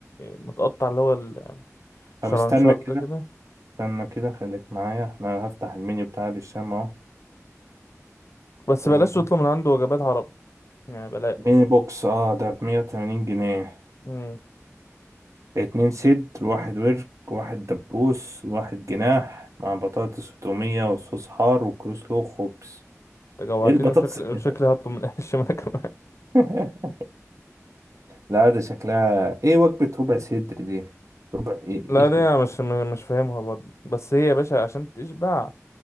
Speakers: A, on the left (about 60°); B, on the right (about 65°).
A: متقطع اللي هو الشرنشات
B: طب استنى كده
A: ده كده
B: استنى كده خليك معايا انا هفتح المنيو بتاع الشام اهو
A: بس
B: استنى
A: بلاش تطلب من عنده وجبات عربي يعني بلاش
B: ميني بوكس اه ده بمية وتمانين جنيه
A: امم
B: اتنين صدر واحد ورك واحد دبوس واحد جناح مع بطاطس وتومية وصوص حار وكروسلو وخبز
A: انت جوعتني
B: ايه البطاطس
A: وشكل
B: انت
A: وشكلي هطلب من اهل الشمال <laughs> كمان
B: <laughs> لا ده شكلها ايه وجبة ربع صدر دي ربع ايه
A: لا دي انا
B: ايه
A: مش م- مش فاهمها برضه بس هي يا باشا عشان تشبع